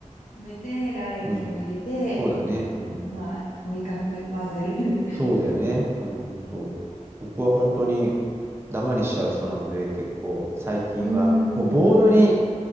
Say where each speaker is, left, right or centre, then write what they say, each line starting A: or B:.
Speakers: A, on the left; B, on the right.
A: めて、卵液を入れて、
B: うん。そうだね。うん。
A: まあ、とにかく混ぜる。
B: そうだよね。うん。そう。僕は本当にダマにしちゃう人なので、結構最近は、
A: <laughs> うんうんうん。
B: もうボールに、